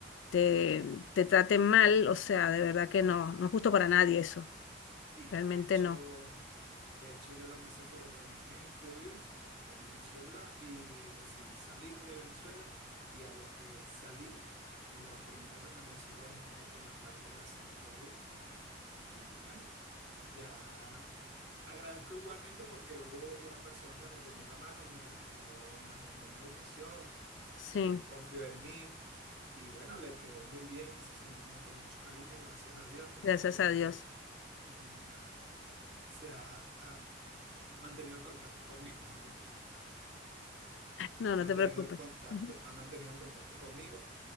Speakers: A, on the left; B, on the right.
A: te, te traten mal, o sea, de verdad que no, no es justo para nadie eso,
B: Sí,
A: realmente
B: de hecho,
A: no.
B: de hecho, yo lo que hice fue que terminé mis estudios en Venezuela y decidí salir de Venezuela y a lo que salí, lo primero que me consigo es eh, la parte de la xenofobia. Y bueno, Ya agradezco igualmente porque hubo una persona que me tendió la mano, me alquiló, me arrendó una habitación,
A: Sí,
B: eh, confió en mí y bueno, le quedé muy bien. Esa señora me tiene mucho cariño, gracias a Dios. De
A: gracias
B: hecho, siempre
A: a Dios.
B: mm, me ha- se ha, ha mantenido el contacto conmigo, <laughs> disculpa.
A: No,
B: Ha mantenido
A: no te preocupes.
B: el contacto,
A: Ujú.
B: ha mantenido el contacto conmigo